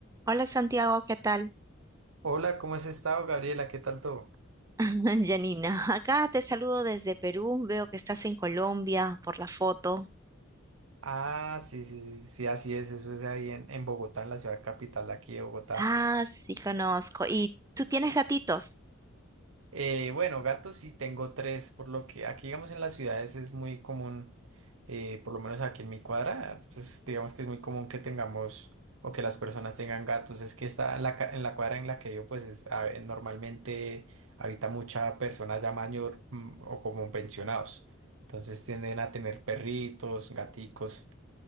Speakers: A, on the right; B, on the right.
A: Hola Santiago, ¿qué tal?
B: Hola, ¿cómo has estado, Gabriela? ¿Qué tal todo?
A: <laughs> Janina, acá te saludo desde Perú, veo que estás en Colombia por la foto.
B: Ah, sí, sí, sí, sí, así es, eso es ahí en, en Bogotá, en la ciudad capital de aquí de Bogotá.
A: Ah, sí, conozco. ¿Y tú tienes gatitos?
B: Eh, bueno, gatos sí tengo tres, por lo que aquí, digamos, en las ciudades es muy común, eh, por lo menos aquí en mi cuadra, pues digamos que es muy común que tengamos o que las personas tengan gatos. Es que está en la, ca- en la cuadra en la que yo, pues es- a- normalmente habita mucha persona ya mayor mm, o como pensionados. Entonces tienden a tener perritos, gaticos.